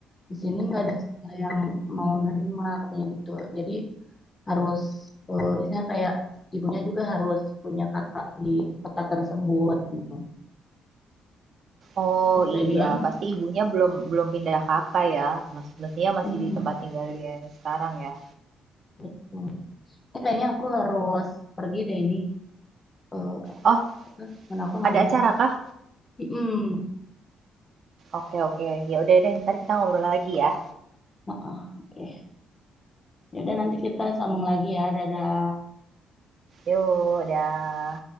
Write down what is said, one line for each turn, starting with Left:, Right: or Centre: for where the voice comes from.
Left: di sini nggak ada sekolah yang mau nerima katanya gitu jadi harus eh, istilahnya kayak ibunya juga harus punya kakak di kota tersebut gitu
Right: Oh
Left: Terus saya
Right: iya,
Left: bilang,
Right: pasti ibunya belum belum pindah Kakak ya, mes mestinya masih
Left: iya,
Right: di tempat tinggal dia yang sekarang ya.
Left: betul. Eh, kayaknya aku harus pergi deh ini. Eh,
Right: Oh,
Left: apa, teman aku
Right: ada
Left: manggil.
Right: acara kah?
Left: Hmm,
Right: Oke oke, ya udah deh, entar kita ngobrol lagi ya.
Left: maaf. Oke. Yaudah, nanti kita sambung lagi ya. Dadah.
Right: Yuk, dah.